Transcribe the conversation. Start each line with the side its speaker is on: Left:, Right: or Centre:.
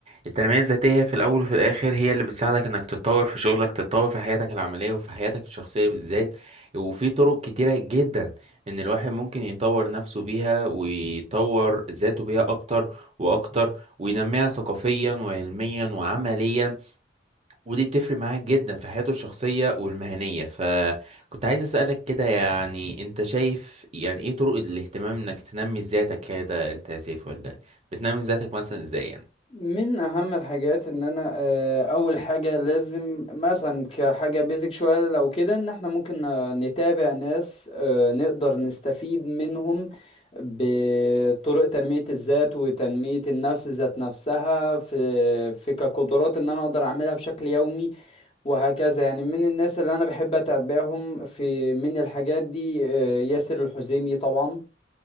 Right: التنمية الذاتية في الأول وفي الآخر هي اللي بتساعدك إنك تتطور في شغلك تتطور في حياتك العملية وفي حياتك الشخصية بالذات وفي طرق كتيرة جدا إن الواحد ممكن يطور نفسه بيها ويطور ذاته بيها أكتر وأكتر وينميها ثقافيا وعلميا وعمليا ودي بتفرق معاك جدا في حياته الشخصية والمهنية فكنت عايز أسألك كده يعني انت شايف يعني ايه طرق الاهتمام انك تنمي ذاتك كده انت يا سيف ولا بتنمي ذاتك مثلا ازاي يعني
Left: من أهم الحاجات إن أنا آه، أول حاجة لازم مثلا كحاجة بيزك شوية لو كده إن إحنا ممكن آه، نتابع ناس آه، نقدر نستفيد منهم بطرق تنمية الذات وتنمية النفس ذات نفسها في في كقدرات إن أنا أقدر أعملها بشكل يومي وهكذا يعني من الناس اللي انا بحب اتابعهم في من الحاجات دي آه، ياسر الحزيمي طبعا